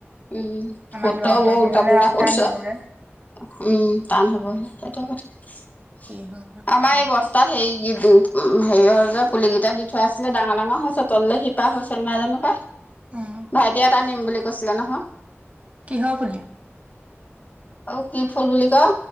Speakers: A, on the left (about 35°); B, on the right (about 35°).
A: উম
B: আমাৰ
A: সত
B: লৰাহঁতৰ
A: বৰ উলোটা
B: দিনলে
A: পোলোটা
B: আৰু
A: সুধছ
B: টান হ'বগে
A: উম টান হবহ সেইটো কথা
B: কি হয় গে মনে
A: আমাৰ
B: লাগিব
A: এই বস্তাত হেৰি কি উম হেৰিয়ৰ যে পুলুলি কেইটা দি থৈ আছিলে ডাঙৰ ডাঙৰ হৈছে তললে শিপা হৈছে নাই জানো পাই
B: উম
A: ভাইটি এটা নিম বুলি কৈছিলে নহয়
B: কিহ পুলি
A: অ কি ফুল বুলি কয়